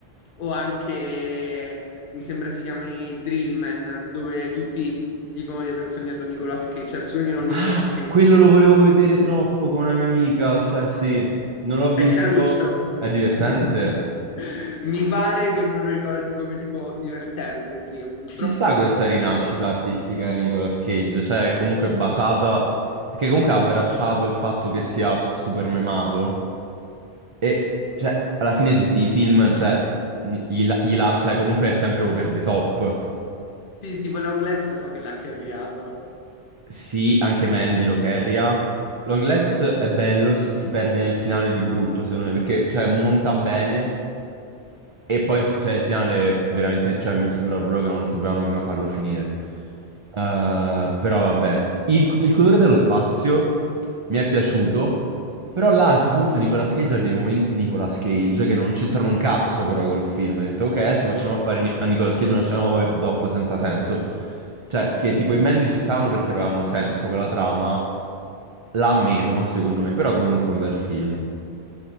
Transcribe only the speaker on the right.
Ah,
quello
lo volevo
vedere troppo con una mia amica, cioè sì, non l'ho visto.
È divertente.
Ci sta
questa
rinascita artistica di Nicolas Cage, cioè è comunque basata, perché comunque ha abbracciato il fatto che sia super memato e cioè alla fine tutti i film, cioè, gli la- gli la- cioè comunque è sempre over the top.
Sì, anche Mandy lo carria. Long Legs è bello, si, si perde nel finale di brutto, secondo me, perché cioè, monta bene e poi si- cioè, il finale veramente, cioè, mi sembra proprio che non sapevano come farlo finire. Eh, però vabbè, il, il colore dello spazio mi è piaciuto, però là a un certo punto Nicolas Cage ha dei momenti Nicolas Cage che non c'entrano un cazzo però col film. Ho detto, ok, adesso facciamo fare ni- a Nicolas Cage una scena over the top senza senso. Cioè, che tipo i Mandy ci stavano perché avevano senso quella trama, la meno, secondo me, però comunque è un bel film.